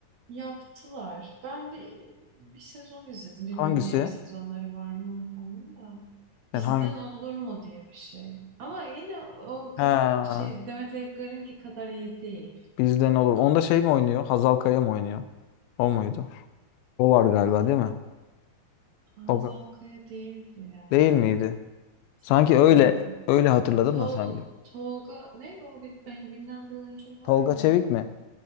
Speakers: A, on the right; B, on the left.
A: yaptılar. Ben bir bir sezon izledim. Bilmiyorum
B: Hangisi?
A: diğer sezonları var mı onun da.
B: Yani
A: Bizden
B: hangi?
A: olur mu diye bir şey. Ama yine o kadın
B: Ha,
A: şey Demet Evgar'ınki kadar iyi değil.
B: bizden olur. Onda şey mi oynuyor? Hazal Kaya mı oynuyor? O muydu? O var galiba
A: Ee,
B: değil mi?
A: Hazal
B: Tolga.
A: Kaya değildi ya.
B: Değil miydi?
A: Sanki
B: Sanki öyle
A: değildi.
B: öyle hatırladım
A: Tol,
B: da sanki.
A: Tolga neydi o bir, ben bilinen bir oyuncu var
B: Tolga
A: ya.
B: Çevik mi?